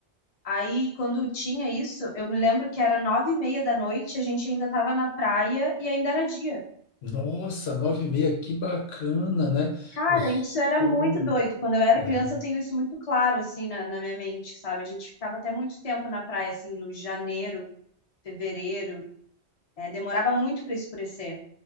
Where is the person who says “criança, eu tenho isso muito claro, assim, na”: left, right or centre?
Left